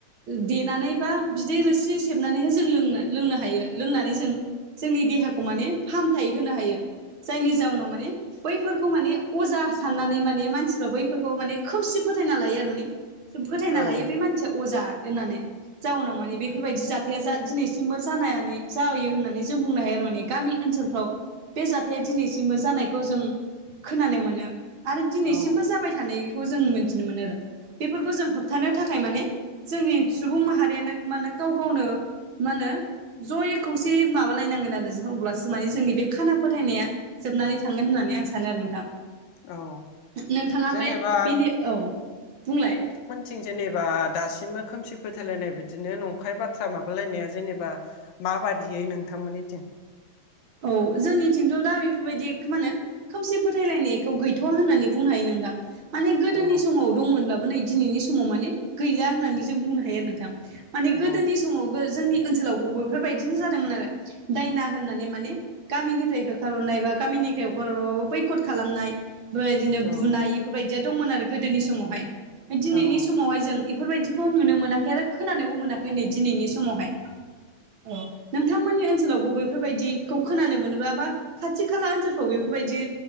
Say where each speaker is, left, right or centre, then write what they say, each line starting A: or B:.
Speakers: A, on the right; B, on the left.
A: देनानै बा बिदै रोसि सेबनानैहाय जों लों लोंनो हायो लोंनानै जों जोंनि देहाखौ माने फाहामथाय होनो हायो जायनि जाउनाव माने बैफोरखौ माने अजा साननानै माने मानसिफ्रा बैफोरखौ माने खोमसि फोथायना लायो आरो माने फोथायना
B: औ
A: लायो बे मान सेया अजा होननानै जाउनाव माने बेफोरबायदि जाथाया जा दिनैसिमबो जानानै जाहोयो होननानै जों बुंनो हायो आरो माने गामि ओनसोलफ्राव बे जाथाया दिनैसिमबो जानाय खौ जों खोनानो मोनो आरो दिनैसिमबो
B: औ
A: जाबाय थानायखौ जों मोनथिनो मोनो आरो बेफोरखौ जों होबथानो थाखाय माने जोंनि सुबुं माहारियानो माने गाव गावनो मा होनो जयै खौसे माबालायनांगोन आरो अब्लासो माने जोंनि बे खाना फोथायनाया जोबनानै थांगोन होननानै आं सानो आरो नोंथां
B: औ
A: नोंथाङा
B: जेनेबा
A: माइ बेनि औ बुंलाय
B: थिं जेनेबा दासिमबो खोमसि फोथायलायनाय बिदिनो नंखाय बाथ्रा माबालायनाया जेनेबा माबादियै नोंथांमोननिथिं
A: औ जोंनिथिंथ' दा बेफोरबायदि इखो मानो खोमसि फोथायलायनायखौ गैथ'वा होननानै बुंनो हायो नोंथां माने गोदोनि
B: औ
A: समाव दंमोनब्लाबो नै दिनैनि समाव माने गैला होननानै जों बुंनो हायो आरो नोंथां माने
B: औ
A: गोदोनि समावबो जोंनि ओनसोलावबो बेफोरबायदिनो जादोंमोन आरो दायना होननानै माने गामिनिफ्राय होखार हरनाय बा गामिनिफ्राय होखार हराबाबो बैखद खालामनाय बेदिनो
B: औ
A: बुनाय बेफोरबायदिया दंमोन आरो गोदोनि समावहाय दिनैनि
B: औ
A: समावहाय जों बेफोरबायदिखौ नुनो मोनाखै आरो खोनानोबो मोनाखै नै दिनैनि समावहाय औ नोंथांमोननि ओनसोलावबो बैफोरबायदिखौ खोनानो मोनोबा बा खाथि खाला ओनसोलफ्राव बेफोरबायदि